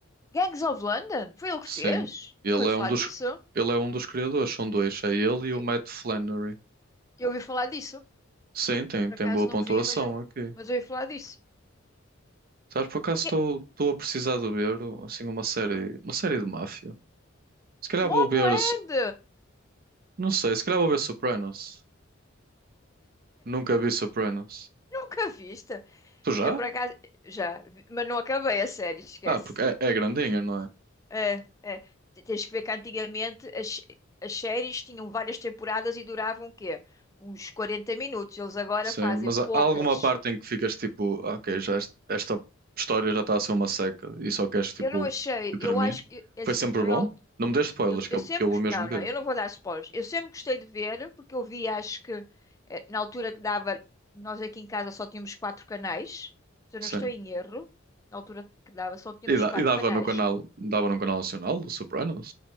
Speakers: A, on the left; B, on the right.
A: Gangs of London? Foi ele que
B: Sim.
A: fez?
B: Ele
A: Eu ouvi
B: é
A: falar
B: um dos,
A: disso.
B: ele é um dos criadores. São dois. É ele e
A: Eu,
B: o Matt Flannery.
A: eu ouvi falar disso.
B: Sim, tem,
A: Por
B: tem
A: acaso
B: boa
A: não
B: pontuação
A: vi, mas eu,
B: aqui.
A: mas eu ouvi falar disso.
B: Sabes, por acaso
A: Que...
B: estou estou a precisar de ver assim uma série, uma série de máfia. Se calhar
A: Mobland!
B: vou ver, Su- não sei, se calhar vou ver Sopranos. Nunca vi Sopranos.
A: Nunca viste?
B: Tu já?
A: Eu por acaso já, vi- mas não acabei a série, esquece.
B: Ah, porque é, é grandinha, não é?
A: É, é. T- Tens que ver que antigamente as, as séries tinham várias temporadas e duravam o quê? Uns 40 minutos. Eles agora
B: Sim,
A: fazem
B: mas
A: poucas
B: há há alguma parte em que ficas tipo, ok, já est- esta história já está a ser uma seca e só queres tipo
A: Eu não achei,
B: que termine?
A: eu acho que, é assim,
B: Foi sempre
A: eu
B: bom?
A: não,
B: Não me dês spoilers,
A: eu,
B: que
A: eu
B: eu,
A: sempre,
B: que eu vou mesmo
A: não,
B: ver.
A: não, eu não vou dar spoilers. Eu sempre gostei de ver, porque eu vi, acho que, eh, na altura que dava, nós aqui em casa só tínhamos quatro canais, se eu não
B: Sim.
A: estou em erro, na altura que dava só tínhamos
B: E, da-
A: quatro
B: e dava
A: canais.
B: no canal, dava no canal nacional, do Sopranos,